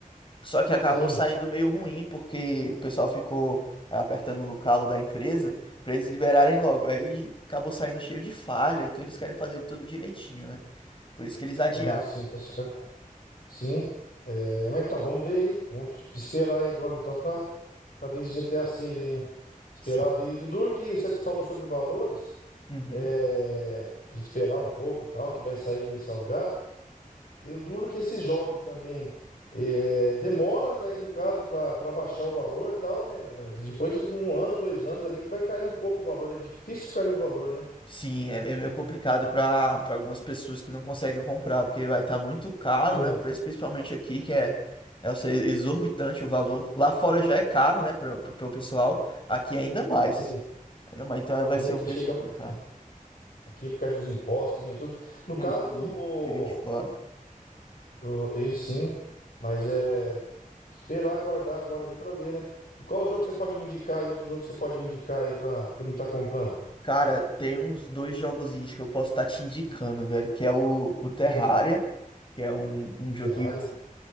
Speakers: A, on the left (about 35°); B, on the left (about 90°).
A: Só que acabou
B: sim.
A: saindo meio ruim, porque o pessoal ficou é, apertando no calo da empresa pra eles liberarem logo. Aí ele acabou saindo cheio de falha, então eles querem fazer tudo direitinho, né? Por isso que eles adiaram.
B: Ah, sim, tá certo. Sim, é, mas então, vamos ver aí. Vamos esperar aí agora então pra, pra ver esse GTA seis aí, né? Esperar.
A: Sim.
B: E, e o duro que você falou sobre valores,
A: Uhum.
B: é, de esperar um pouco e tal, que vai sair meio salgado. E o duro que esses jogos também é, demora daí, no caso, pra, pra baixar o valor e tal, né? cara? Depois de um ano, dois anos ali que vai cair um pouco o valor. É difícil cair o valor, né?
A: Sim, é, é meio complicado para para algumas pessoas que não conseguem comprar, porque vai estar muito caro,
B: Sim,
A: né? O preço, principalmente aqui, que é, é eu sei, exorbitante o valor. Lá fora já é caro, né, para o pessoal, aqui ainda mais.
B: sim,
A: Ainda mais, então vai
B: sim.
A: ser
B: Aqui
A: um meio
B: chega.
A: complicado.
B: Aqui, aqui por causa dos impostos também, tudo. No
A: Uhum.
B: caso, o.
A: Que vem de fora.
B: Eu- E sim, mas é esperar aguardar agora ali pra ver, né? E qual jogo você pode me indicar aí? Outro jogo que você pode me indicar aí pra para mim estar comprando?
A: Cara, tem uns dois jogozinhos que eu posso estar te indicando, velho, que é o, o Terraria,
B: Sim,
A: que é um, um joguinho
B: Terraria.
A: assim,